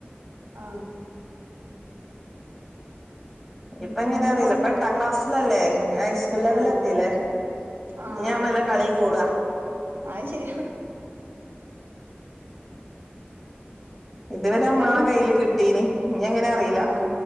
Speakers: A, on the right; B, in the centre.
A: ആ
B: ഇപ്പ
A: പിന്നെ
B: എങ്ങനാ? റിലബ എട്ടാം ക്ലാസ്സിലല്ലേ? ഞ്ഞി ഹൈസ്കൂൾ ലെവലെത്തില്ലേ?
A: ആഹ് ആഹ്
B: ഞ്ഞി ആണല്ലോ കളി കൂടാ
A: അത് ശരിയാ
B: ഇതുവരെ
A: ഹസ്ബൻഡും
B: നമ്മളെ കയ്യില് കിട്ടീന് ഇനി എങ്ങനെ അറിയില്ല
A: ആ